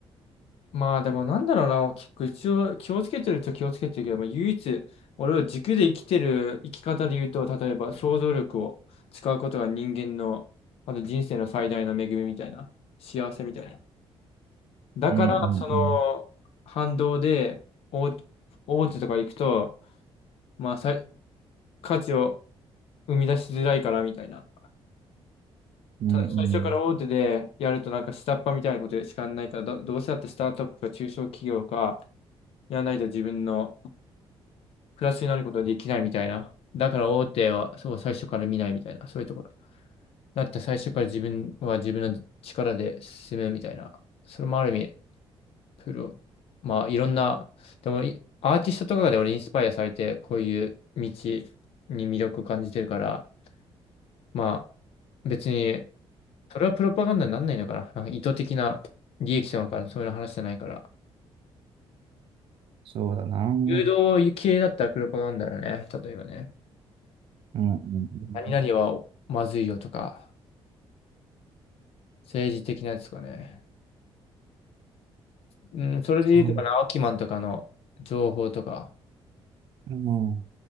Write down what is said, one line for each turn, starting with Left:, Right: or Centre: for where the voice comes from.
Left: まあでもなんだろうな、結構一応気をつけてるっちゃ気をつけてるけど、まあ、唯一俺は軸で生きてる生き方で言うと、例えば想像力を使うことが人間の、あと人生の最大の恵みみたいな、幸せみたいな。だからその反動で大、
Right: うんうんうん、
Left: 大手とか行くと、まあさい価値を生み出しづらいからみたいな。
Right: うんうん、
Left: た最初から大手でやるとなんか下っ端みたいなことしかやらないから、ど、どうせだってスタートアップか中小企業かやらないと自分のプラスになることができないみたいな。だから大手はそう最初から見ないみたいな。そういうところ。だって最初から自分は自分の力で進むみたいな。それもある意味、プロ。まあいろんな、でもいアーティストとかで俺インスパイアされて、こういう道に魅力を感じてるから、まあ別に、それはプロパガンダになんないのかな。なんか意図的な利益者なのかな、そういう話じゃないから。
Right: そうだな。うん
Left: 誘導系だったらプロパガンダだね。例えばね。
Right: うんうん。
Left: 何々はまずいよとか。政治的なやつとかね。うん、それで言うとかな、
Right: そう、
Left: アキマンとかの情報とか、
Right: うん